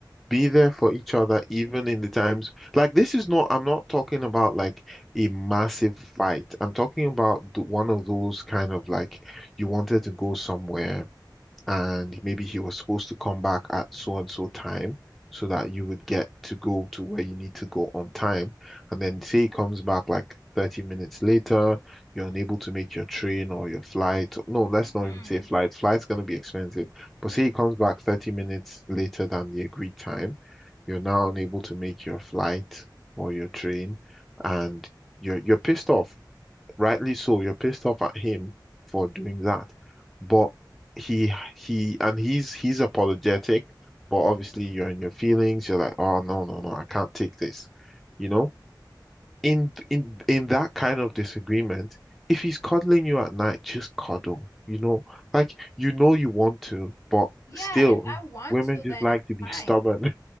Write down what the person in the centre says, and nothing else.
be there for each other, even
in the times like this is not. I'm not talking about like a massive fight. I'm talking about the, one of those kind of like you wanted to go somewhere. and maybe he was supposed to come back at so and so time so that you would get to go to where you need to go on time. And then say he comes back like 30 minutes later, you're unable to make your train or your flight. No, let's
not even say flight. Flight's going to be expensive. But say he comes back 30 minutes later than the agreed time, you're now unable to make your flight or your train and you're you're pissed off rightly so, you're pissed off at him for doing that. But he he and he's he's apologetic, but obviously you're in your feelings, you're like, oh no, no, no, I can't take this. You know? In in in that kind of disagreement, if he's cuddling you at night, just cuddle. You know, like you know you want to, but
still,
women
just like
to be
stubborn.